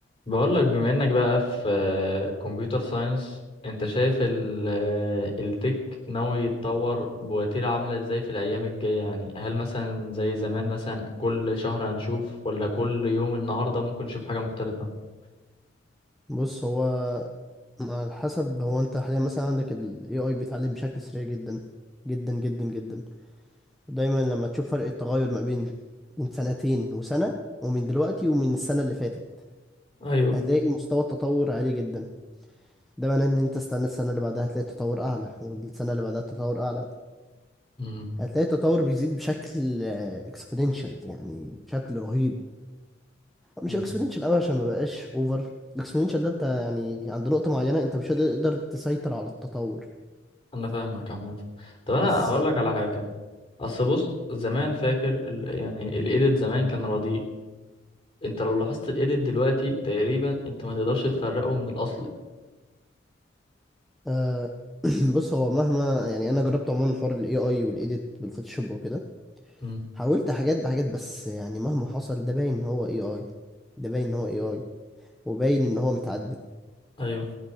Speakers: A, on the left; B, in the centre.
A: بقول لك بما انك بقى في كمبيوتر ساينس انت شايف ال التك ناوي يتطور بوتيرة عاملة ازاي في الايام الجاية يعني هل مثلا زي زمان مثلا كل شهر هنشوف ولا كل يوم النهاردة ممكن نشوف حاجة مختلفة
B: بص هو على حسب هو انت حاليا مثلا عندك ال AI بيتعلم بشكل سريع جدا جدا جدا جدا دايما لما تشوف فرق التغير ما بين من سنتين وسنة ومن دلوقتي ومن السنة اللي فاتت
A: ايوه
B: هتلاقي مستوى التطور عالي جدا ده معناه ان انت استنى السنة اللي بعدها هتلاقي التطور اعلى والسنة اللي بعدها التطور اعلى
A: امم
B: هتلاقي التطور بيزيد بشكل اكسبوننشال يعني بشكل رهيب مش
A: أمم.
B: اكسبوننشال قوي عشان ما بقاش اوفر الاكسبوننشال ده انت يعني عند نقطة معينة انت مش هتقدر تسيطر على التطور
A: انا فاهمك عامة طب انا
B: بس
A: هقول لك على حاجة اصل بص زمان فاكر ال يعني الايديت زمان كان رديء انت لو لاحظت الايديت دلوقتي تقريبا انت ما تقدرش تفرقه من الاصل
B: آه <clears throat> بص هو مهما يعني انا جربت عموما حوار الاي اي والايديت بالفوتوشوب وكده
A: أمم.
B: حاولت حاجات بحاجات بس يعني مهما حصل ده باين ان هو اي اي ده باين ان هو اي اي وباين ان هو متعدل
A: ايوه